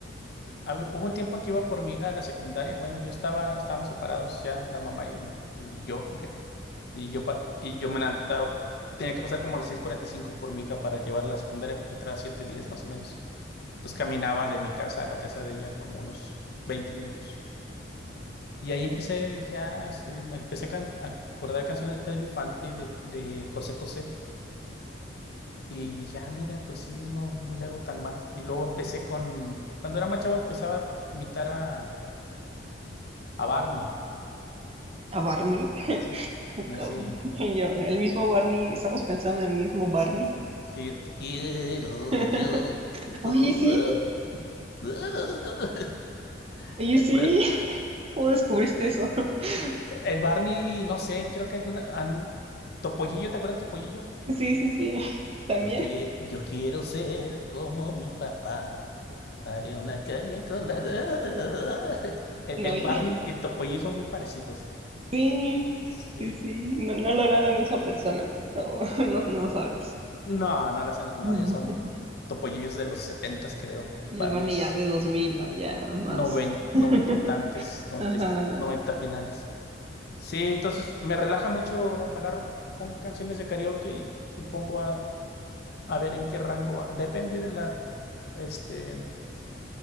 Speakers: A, on the left; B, on the right.
A: a- Hubo un tiempo que iba por mi hija a la secundaria, bueno, yo estaba, estábamos separados ya, la mamá y, y yo, <laughs> y yo, pa- y yo me levantaba, tenía que pasar como a las seis cuarenta y cinco por mi hija para llevarla a la secundaria porque entraba a siete diez más o menos. Entonces caminaba de mi casa a la casa de ella como unos 20 minutos. Y ahí empecé, dije, ah, sí, me empecé a, can- a acordar canciones de Pedro Infante, de, de José José. Y dije, ah, mira, pues sí, no, no le hago tan mal. Y luego empecé con, cuando era más chavo empezaba a imitar a, a Barney.
B: a Barney?
A: Sí, así,
B: Como- Y yo, el mismo Barney, estamos pensando en el mismo Barney.
A: sí, sí, sí, te quiero
B: <laughs>
A: yo. tú,
B: Oye, sí,
A: ah, ah. <laughs>
B: oye,
A: Eh,
B: sí.
A: por-
B: ¿Cómo descubriste eso? <laughs>
A: El Barney, no sé, creo que alguna, an- Topollillo, ¿te acuerdas de Topollillo?
B: Sí, sí, sí. <laughs> También.
A: Yo, quie- yo quiero ser como mi papá. Haré una caña con la... <laughs> El,
B: No,
A: el
B: y-
A: Barney y el Topollillo son muy parecidos.
B: sí,
A: Sí.
B: sí, sí. No, no lo hará la misma persona. No, <laughs> no, no sabes.
A: No, no, las, no,
B: <laughs>
A: ya son topollillos de los setentas, creo.
B: Y
A: Barney's
B: el Barney ya de 2000, ¿no? Ya más.
A: noven- noventa
B: <laughs>
A: y tantos, noventa,
B: Ajá.
A: y- noventa finales. Sí, entonces me relaja mucho, me agarro, pongo canciones de karaoke y, y pongo a, a ver en qué rango. Depende de la, este,